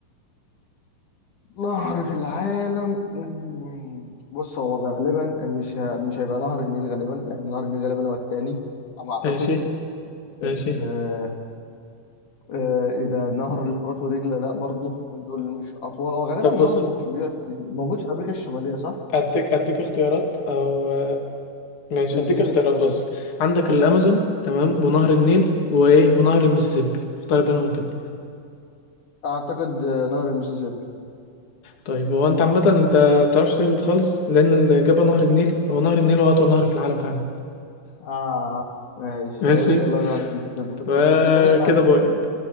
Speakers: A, on the left (about 60°); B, on the left (about 40°).
A: نهر في العالم مم. بص هو غالبا مش ه... مش هيبقى نهر النيل غالبا لأن نهر النيل غالبا هو التاني على ما أعتقد
B: ماشي ماشي
A: آه... آه... إيه ده نهر الفرات ودجلة لا برضو دول مش أطول هو غالبا
B: طب
A: النهر
B: بص
A: في... موجود في أمريكا الشمالية صح؟
B: اديك اديك اختيارات او ماشي
A: اديني
B: هديك اختيارات
A: اختيارات
B: بص عندك الامازون تمام ونهر النيل وايه ونهر المسيسيبي اختار بينهم كده
A: أعتقد آه، نهر المسيسيبي
B: طيب هو انت عامه انت بتعرفش تهبط خالص لان الاجابه نهر النيل هو نهر النيل هو اطول نهر في العالم فعلا
A: اه ماشي
B: ماشي
A: انا قلت والله انا عربي. كنت
B: فكده
A: كنت كنت قارئها
B: بوينت